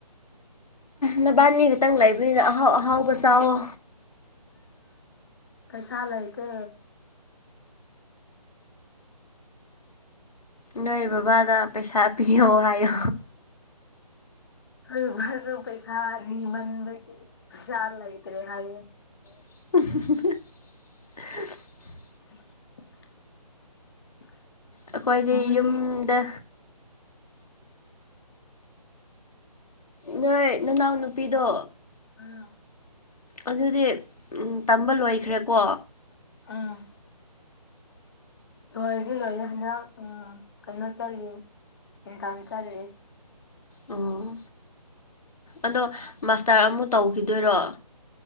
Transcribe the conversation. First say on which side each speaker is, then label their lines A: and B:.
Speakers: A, on the left (about 70°); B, on the left (about 35°).
A: ꯅꯕꯥꯅꯤ ꯈꯛꯇꯪ ꯂꯩꯕꯅꯤꯅ ꯑꯍꯥꯎ ꯑꯍꯥꯎꯕ ꯆꯋꯣ
B: ꯀꯩꯁꯥ ꯑꯂꯑꯀ
A: ꯅꯣꯏ ꯄꯋꯥꯗ ꯄꯩꯁꯥꯄꯤꯌꯣ ꯑꯣ
B: ꯍ ꯃꯥꯁꯨ ꯄꯩꯁꯥ ꯅꯤꯃꯟꯕꯒꯤ ꯄꯩꯖꯥ ꯂꯩꯇ꯭ꯔꯦ ꯍꯥꯏꯌꯦ
A: <inaudible>
B: <inaudible>
A: ꯑꯩꯈꯣꯏꯗꯤ
B: ꯃꯤ
A: ꯌꯨꯝꯗ ꯅꯣꯏ ꯅꯅꯥꯎ ꯅꯨꯄꯤꯗꯣ
B: ꯎꯝ
A: ꯑꯗꯨꯗꯤ ꯇꯝꯕ ꯂꯣꯏꯈ꯭ꯔꯦꯀꯣ
B: ꯎꯝ ꯂꯣꯏꯔꯗꯤ ꯂꯣꯏꯔꯦ ꯍꯟꯗꯥꯡ ꯎꯝ ꯀꯩꯅꯣ ꯆꯜꯂꯤꯠ ꯏꯟꯀꯝ ꯆꯜꯂꯤ
A: ꯑꯣ ꯑꯗꯣ ꯃꯥꯁꯇꯔ ꯑꯃꯨ ꯇꯧꯈꯤꯗꯣꯏꯔꯣ